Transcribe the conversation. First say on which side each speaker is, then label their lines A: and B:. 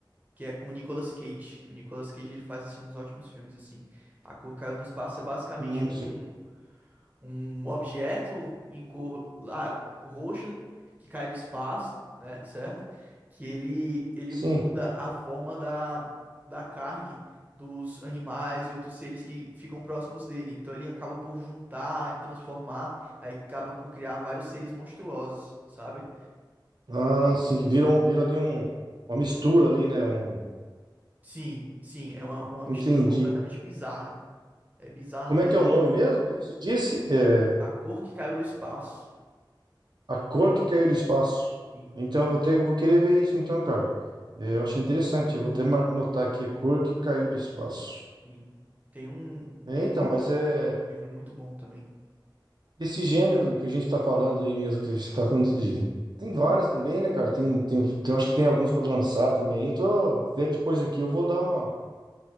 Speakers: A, on the right; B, on the right.
A: que é com o Nicolas Cage. O Nicolas Cage ele faz assim uns ótimos filmes assim. A Cor que Caiu no Espaço é basicamente
B: Hum,
A: um
B: sim.
A: um objeto em cor lar- roxa que cai do espaço, né, certo? Que ele ele
B: Sim.
A: muda a forma da, da carne dos animais e outros seres que ficam próximos dele. Então ele acaba por juntar, transformar, aí acaba por criar vários seres monstruosos, sabe?
B: Ah, sim,
A: Então,
B: que
A: assim,
B: viram,
A: é um...
B: viram ali um, uma mistura ali, né? Um,
A: Sim, sim, é uma, é uma mistura
B: entendi.
A: completamente bizarra. É bizarra
B: Como
A: mesmo.
B: é que é o nome mesmo que você disse? É
A: A cor que caiu do espaço.
B: A Cor que Caiu do Espaço.
A: Sim,
B: Então eu vou ter, vou querer ver isso então, cara. É, eu achei interessante, eu vou até mar- anotar aqui, A Cor que Caiu do Espaço.
A: sim. Tem um, um
B: É,
A: livro,
B: então, mas é
A: um livro muito bom também.
B: esse gênero que a gente tá falando aí mesmo, que você tá falando de... Tem várias também, né, cara? Tem, tem, tem, acho que tem alguns para lançar também. Eu tô, até depois aqui eu vou dar uma,